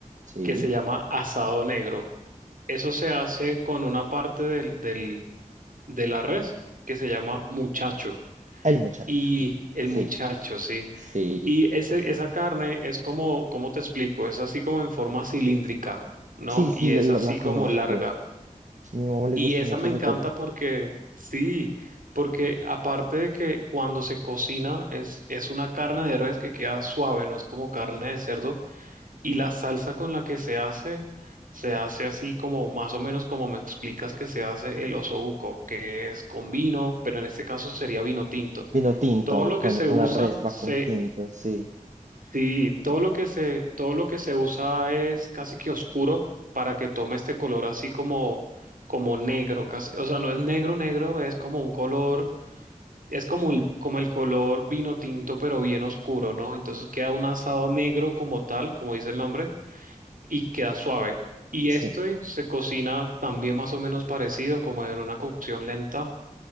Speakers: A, on the right (about 60°); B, on the right (about 85°).
A: Sí.
B: que se llama asado negro. Eso se hace con una parte del, del- de la res que se llama muchacho.
A: El muchacho.
B: Y el
A: Sí,
B: muchacho, sí.
A: sí.
B: Y ese, esa carne es como, ¿cómo te explico? Es así como en forma cilíndrica, ¿no?
A: Sí, sí,
B: Y
A: la,
B: es
A: la-
B: así
A: la
B: como
A: conozco.
B: larga.
A: A mi mamá le
B: Y
A: gusta
B: esa
A: mucho
B: me encanta
A: esa carne.
B: porque, sí, porque aparte de que cuando se cocina es, es una carne de res que queda suave, no es como carne de cerdo. Y la salsa con la que se hace, se hace así como más o menos como me explicas que se hace el osobuco, que es con vino, pero en este caso sería vino tinto
A: vino tinto
B: todo lo
A: con,
B: que se
A: con
B: usa,
A: la resba
B: se,
A: con tinto, sí,
B: sí, todo lo que se, todo lo que se usa es casi que oscuro para que tome este color así como, como negro, casi. O sea, no es negro negro, es como un color, es como el, como el color vino tinto, pero bien oscuro, ¿no? Entonces queda un asado negro como tal, como dice el nombre, y queda suave. Y
A: sí.
B: esto se cocina también más o menos parecido, como en una cocción lenta